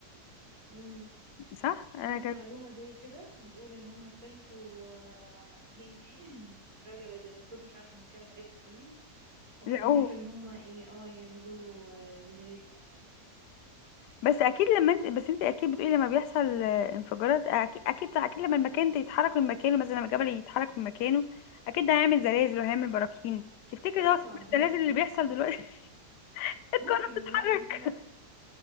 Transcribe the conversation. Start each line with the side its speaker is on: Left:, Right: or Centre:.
Right: امم
Left: صح
Right: شفت
Left: انا كان
Right: معلومة زي كده بتقول إن هم اكتشفوا آه، دي إن إيه راجع لديناصور مش عارفة من كام آلاف السنين واحتمال
Left: لقوه
Right: إن هم إيه اه يعملوا له جنريت يعني
Left: بس اكيد لما انت بس انت اكيد بتقولي لما بيحصل آه، انفجارات اكيد اكيد اكيد لما المكان ده يتحرك من مكانه مثلا لما الجبل يتحرك من مكانه اكيد ده هيعمل زلازل وهيعمل براكين تفتكري
Right: طبعا
Left: ده هو سبب
Right: هي
Left: الزلازل اللي بيحصل دلوقتي <laughs> القارة
Right: ممكن والله
Left: بتتحرك
Right: ليه لأ